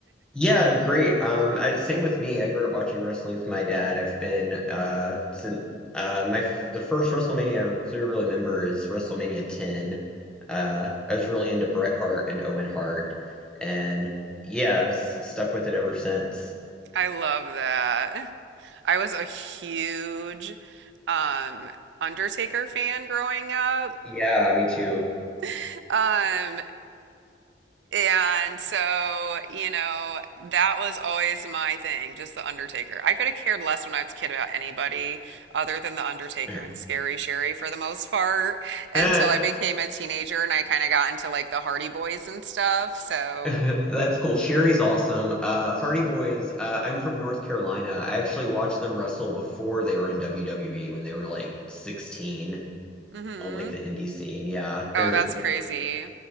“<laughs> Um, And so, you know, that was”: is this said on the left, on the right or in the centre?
Right